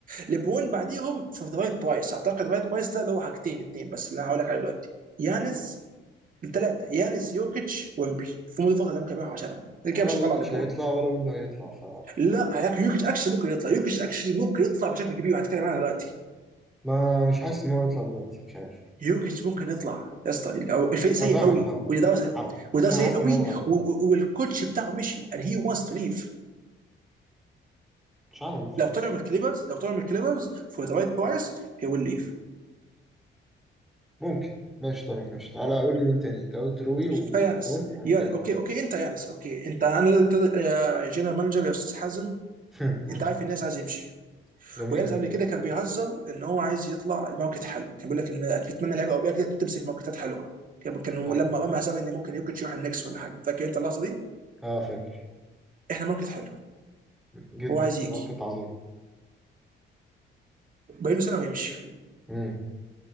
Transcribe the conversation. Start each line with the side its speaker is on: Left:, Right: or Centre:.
Right: ليبرون بعديهم في ذا رايت برايس اعتقد ذا رايت برايس ده اللي هو حاجتين اتنين بس اللي انا هقول لك عليه دلوقتي يانس الثلاثه يانس يوكيتش ويمبي في مود الفتره اللي ممكن يبيعوا عشانهم اللي
Centre: ولا
Right: كده مش هيطلع
Centre: يوكيتش
Right: لبرون
Centre: هيطلع ولا ويمبي هيطلع ف
Right: لا ياك- يوكيتش اكشلي ممكن يطلع يوكيتش اكشلي ممكن يطلع بشكل كبير وهتكلم عنها دلوقتي
Centre: ما مش حاسس ان هو يطلع دلوقتي مش عارف
Right: يوكيتش ممكن يطلع يا اسطى أو الفريق سيء
Centre: انا فاهمك
Right: قوي
Centre: فاهمك
Right: والاداره سيء
Centre: عادي
Right: والاداره
Centre: بس انا
Right: سيء
Centre: حاسس
Right: قوي
Centre: ان هو هيطلع
Right: و- و- والكوتش بتاعه مشي and he wants to leave
Centre: مش عارف
Right: لو طلعوا من الكليبرز لو طلعوا من الكليبرز for the right price he will leave
Centre: ممكن ماشي طيب ماشي تعالى قول لي مين تاني انت قلت روي وليبرون
Right: فيانس
Centre: ومين
Right: يا
Centre: تاني
Right: اوكي اوكي انت يانس اوكي انت انا انت يا جنرال مانجر يا استاذ حازم
Centre: <laughs>
Right: انت عارف الناس عايز يمشي
Centre: جميل
Right: ويانز قبل كده كان بيهزر ان هو عايز يطلع لموكت حلو كان بيقول لك ان بيتمنى لعيبه اوروبيه كده تمسك موكتات حلوه كان كان
Centre: اه
Right: لما رمى حساب ان ممكن يوكيتش يروح النكس ولا حاجه فاكر انت اللحظه دي
Centre: اه فاكر
Right: احنا موكت حلو
Centre: جدا
Right: هو عايز يجي
Centre: ماركت عظيم
Right: باقي له سنه ويمشي
Centre: مم.